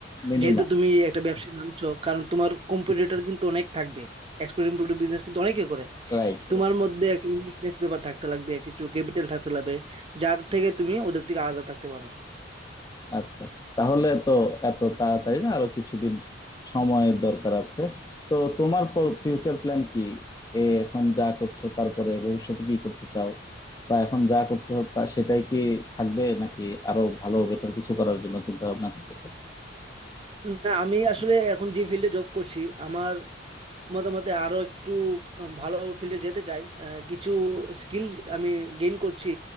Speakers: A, on the left; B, on the right.
A: মিনিমাম
B: যেহেতু তুমি একটা ব্যবসায় নামছো কারণ তোমার কম্পিটিটর কিন্তু অনেক থাকবে এক্সপোর্ট ইমপোর্ট বিজনেস কিন্তু অনেকে করে
A: রাইট
B: তোমার মধ্যে একটা ইউনিকনেস ব্যাপার থাকতে লাগবে কিছু ক্যাপিটাল থাকতে লাগবে যার থেকে তুমি ওদের থেকে আলাদা থাকতে পারো
A: আচ্ছা তাহলে তো এত তাড়াতাড়ি না আরো কিছুদিন সময়ের দরকার আছে তো তোমার ফিউচার প্ল্যান কি এ এখন যা করছো তারপরে ভবিষ্যতে কি করতে চাও বা এখন যা করছো তা সেটাই কি থাকবে নাকি আরো ভালো বেটার কিছু করার জন্য চিন্তা ভাবনা করতেছো
B: না আমি আসলে এখন যে ফিল্ডে জব করছি আমার মতামতে আরো একটু উম, ভালো ফিল্ডে যেতে চাই আহ, কিছু স্কিল আমি গেইন করছি